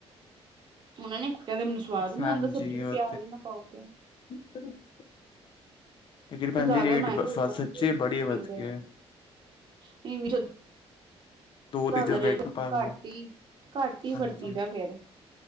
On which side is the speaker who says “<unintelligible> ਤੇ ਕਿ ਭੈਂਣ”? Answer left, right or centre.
Left